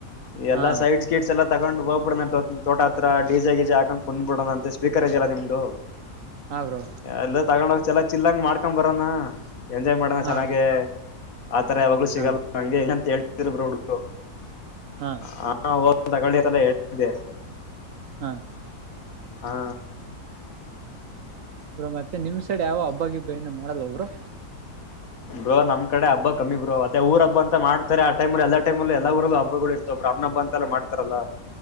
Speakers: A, on the left; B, on the right.
A: ಎಲ್ಲ
B: ಹಾ
A: ಸೈಡ್ಸ್ ಗಿಡ್ಸ್ ಎಲ್ಲ ತಗೊಂಡ್ ಹೋಗ್ಬಿಡೋ ತೋಟ ಹತ್ರ ಡಜೆ ಗೀಜೆ ಹಾಕೊಂಡ್ ಕುೊಂಡ್ಬಿಡದ ಅಂತೆ ಸ್ಪಕರ್ ಇದೆಯಾ ನಿಮ್ದು
B: ಹಾ ಬ್ರೋ
A: ಎಲ್ಲ ತಗೊಂಡ ಹೋಗ ಚೆಲ ಚಿಲ್ಲಂಗ ಮಾಡ್ಕೊಂಡ್ ಬರೋನ ಎಂಜಾಯ್ ಮಾಡನ
B: ಹಾ
A: ಚೆನ್ನಾಗೆ. ಆತರ ಯಾವಾಗ್ಲೂ ಸಿಗಲ್ಲ
B: ಹಾ
A: ಅಂತ ಹೇಳ್ತಿದ್ರು ಹುಡುರು.
B: ಹಾ
A: <unintelligible> ಹೇಳ್ತಿದ್ದೆ.
B: ಹಾ
A: ಹಾ
B: ಬ್ರೋ ಮತ್ತೆ ನಿಮ್ ಸೈಡ್ ಯಾವೋ ಹಬ್ಬಗಿಬ್ಬ ಏನು ಮಾಡಲ್ವ ಬ್ರೋ.
A: ಬ್ರೋ ನಮಮ್ಮ ಕಡೆ ಹಬ್ಬ ಕಮ್ಮಿ ಬ್ರೋ ಅದೇ ಊರ್ ಹಬ್ಬ ಅಂತ ಮಾಡ್ತಾರೆ ಆ ಟೈಮ್ಲ್ಲಿ ಎಲ್ಲ ಟೈಮ್ಲ್ಲ ಎಲ್ಲ ಊರು ಹಬ್ಬಗಳು ಇರ್ತವೆ. ರಾಮ್ನಬ್ಬ ಅಂತೆಲ್ಲ ಮಾಡ್ತಾರಲ್ಲ.